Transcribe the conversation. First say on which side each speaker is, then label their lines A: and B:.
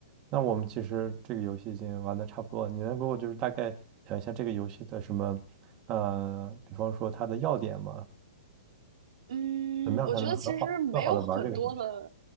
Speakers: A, on the right; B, on the right.
A: 那我们其实这个游戏已经玩的差不多了，你能给我就是大概讲一下这个游戏的什么，呃，比方说它的要点吗？
B: 嗯，
A: 怎么样才能很好更好的玩这个游戏？
B: 我觉得其实没有很多的，